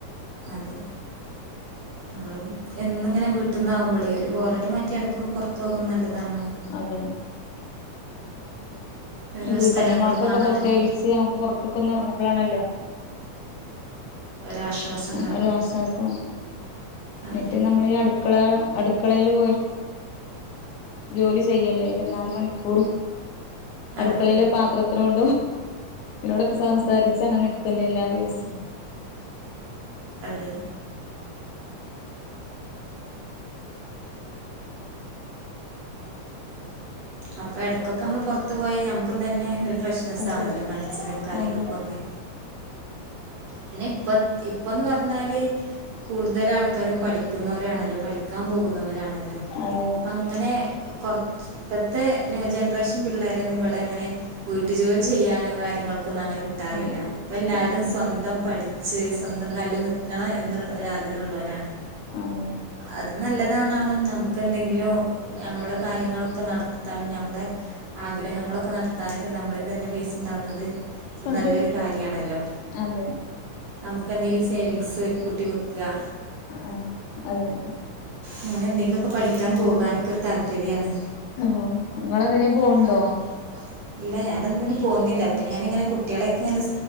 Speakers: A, on the right (about 60°); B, on the left (about 80°).
A: അതെ നമ്മളും എന്നും ഇങ്ങനെ വീട്ടീന്നാവുമ്പളേ ഒരു ബോററെടി മാറ്റി എട്ക്കൊക്കെ പൊറ്ത്തോകുന്നല്ലതാണാണും.
B: അതെ.
A: ഓരോ
B: ഈ വീട്ടമ്മമാർക്കൊക്കെ
A: സ്ഥലങ്ങൾ കാണാനും
B: പ്രത്യേകിച്ച് നമുക്ക് പൊറ്ത്ത് ക്കൊന്നറങ്ങുമ്പളാണല്ലൊ.
A: ഒരാശ്വാസം ഉണ്ടാവുക
B: ഒരാസ്വാസം
A: അതെ
B: മറ്റേ നമ്മളീ അടുക്കള അടു ക്കളേല് പോയി ജോലി ചെയ്യല്ലെ ഇര്ത്ത്ന്നാല് മണിക്കൂറും. അടുക്കളേലെ
A: അതെ
B: പാത്രത്തിനോടും ഇതിനോടൊക്കെ സംസാരിച്ചങ്ങനെ നിക്കല്ലെ എല്ലാ ദിവസം.
A: അതെ. അപ്പെ എട്ക്കൊക്കമ്മൾ പൊറ്ത്തു പോയ നമുക്കും തന്നെ ഒരു ഫ്രഷ്നസ്സാണല്ലോ
B: അതെ
A: മനസ്സിനും കാര്യങ്ങൾക്കൊക്കെ.
B: അതെ
A: പിന്നെപ്പത് ഇപ്പന്ന് പറ്ഞ്ഞാല് കൂടുതല് ആൾക്കാരും പഠിക്കുന്നവരാണല്ലൊ പഠിക്കാൻ പോകുന്നവരാണ ല്ലോ
B: അതെ
A: ഇപ്പങ്ങനെ കൊറ്ച്ച് ഇപ്പത്തെ ന്യൂ ജനറേഷൻ പിള്ളേരെന്നും പ ഇപ്പെങ്ങനെ വീട്ടുജോലി ചെയ്യാനോ കാര്യങ്ങൾക്കൊന്നു അങ്ങനെ കിട്ടാറില്ല.
B: ഓക്കെ
A: ഇപ്പെല്ലാരു
B: ഓ
A: സ്വൻ പഠിച്ച് സ്വന്തം കാൽല് നിക്കണം എന്നുൾ ഒരാഗ്രഹള്ളോലാണ്.
B: അതെ
A: അത് നല്ലതാണാണും നമുക്കെന്തെങ്കിലു നമ്മളെ കാര്യങ്ങളൊക്കെ നടത്താനും ഞമ്ളെ ആഗ്രഹങ്ങളൊക്കെ നടത്താനൊക്കെ നമ്ളീ തന്നെ പെയ്സുണ്ടാവ്ണത് ഇത്
B: അതെ
A: നല്ലൊരു കാര്യാണല്ലോ.
B: അതെ
A: നമുക്കെന്തെങ്കിലു സേവിങ്സ് ഒരു കൂട്ടി വെക്ക
B: ആഹ് ആ അതെ.
A: അങ്ങനെന്തെങ്കിലൊക്കെ പഠിക്കാൻ പോകാനൊക്കൊരു താൽ പര്യാണ്
B: ഓ നിങ്ങളെന്തിനേം പോണുണ്ടോ
A: ഇങ്ങളെന്തിനേ പോവ്ണ്ടോ? ഇല്ല ഞാ നൊന്നിനും പോകുന്നില്ല അപ്പ ഞാനിങ്ങനെ കുട്ടിയളേയൊക്കെങ്ങനെ